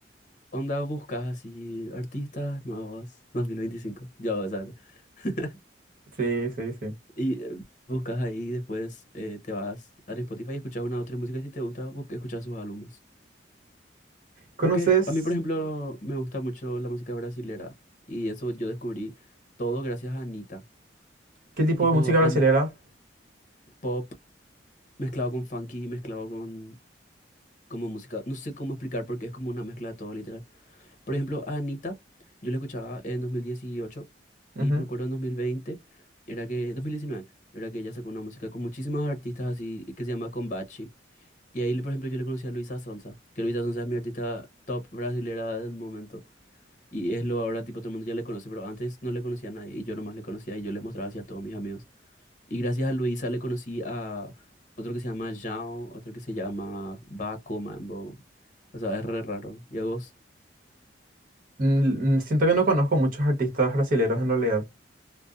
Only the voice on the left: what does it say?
onda buscas así artistas nuevos 2025, ya vas a ver. <laughs>
Y eh, buscas ahí, después eh, te vas al Spotify y escuchas una o tres músicas si te gusta, bu- escuchas sus álbumes.
Aunque a mí, por ejemplo, me gusta mucho la música brasilera y eso yo descubrí todo gracias a Anita.
Tipo
Ani- pop mezclado con funky, mezclado con como música, no sé cómo explicar porque es como una mezcla de todo, Por ejemplo, a Anita, yo la escuchaba en 2018
y me acuerdo en dos mil veinte era que, 2019 era que ella sacó una música con muchísimos artistas así que se llama Combachi. Y ahí, por ejemplo, yo le conocí a Luisa Sonza, que Luisa Sonza es mi artista top brasilera del momento. Y es lo ahora, tipo, todo el mundo ya le conoce, pero antes no le conocía a nadie y yo nomás le conocía y yo le mostraba así a todos mis amigos. Y gracias a Luisa le conocí a otro que se llama Jao, otro que se llama Baco Mambo. O sea, es re raro. ¿Y a vos?